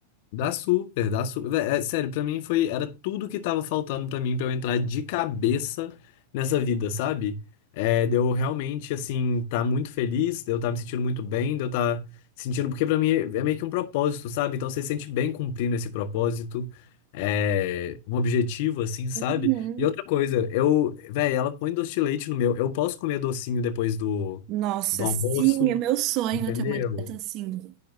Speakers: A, on the left; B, on the right.
A: Dá super, dá super. Vé, é, sério, pra mim foi, era tudo que tava faltando pra mim pra eu entrar de cabeça nessa vida, sabe? É, de eu realmente, assim, tá muito feliz, de eu tá me sentindo muito bem, de eu tá sentindo, porque pra mim é é meio que um propósito, sabe? Então você se sente bem cumprindo esse propósito, é, um objetivo, assim, sabe?
B: Uhum.
A: E outra coisa, eu, véi, ela põe doce de leite no meu, eu posso comer docinho depois do,
B: Nossa,
A: do almoço,
B: sim, é meu sonho
A: entendeu?
B: é ter uma dieta assim.